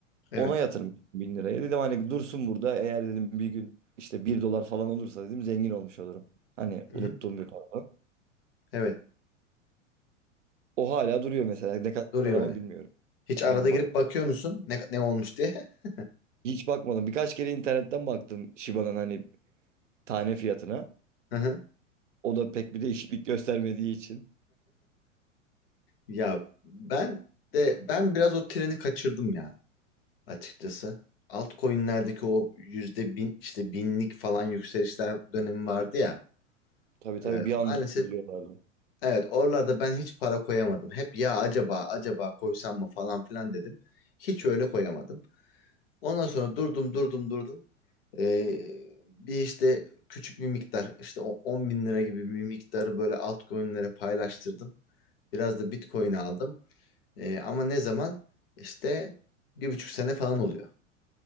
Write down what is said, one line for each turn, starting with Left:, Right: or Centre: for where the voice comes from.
Left: Evet.
Right: Ona yatırım ettim bin liraya. Dedim hani dursun burada. Eğer dedim bir gün işte bir dolar falan olursa dedim zengin olmuş olurum. Hani
Left: Hı
Right: unuttuğum
Left: hı.
Right: bir para.
Left: Evet.
Right: O hala duruyor mesela. Ne kadar
Left: Duruyor
Right: ama
Left: öyle.
Right: bilmiyorum.
Left: Hiç arada
Right: Aynen
Left: girip
Right: bak.
Left: bakıyor musun? Ne, ne olmuş diye? <laughs>
Right: Hiç bakmadım. Birkaç kere internetten baktım Shiba'nın hani tane fiyatına.
Left: Hı hı.
Right: O da pek bir değişiklik göstermediği için.
Left: Ya ben de ben biraz o treni kaçırdım ya açıkçası. Altcoin'lerdeki o yüzde bin işte binlik falan yükselişler dönemi vardı ya.
Right: Tabii tabii
Left: Ee,
Right: bir anda
Left: maalesef
Right: fırlıyorlardı.
Left: evet oralarda ben hiç para koyamadım. Hep ya acaba acaba koysam mı falan filan dedim. Hiç öyle koyamadım. Ondan sonra durdum durdum durdum. Ee, bir işte küçük bir miktar işte o 10 bin lira gibi bir miktarı böyle altcoin'lere paylaştırdım. Biraz da Bitcoin aldım. Ee, ama ne zaman? İşte bir buçuk sene falan oluyor.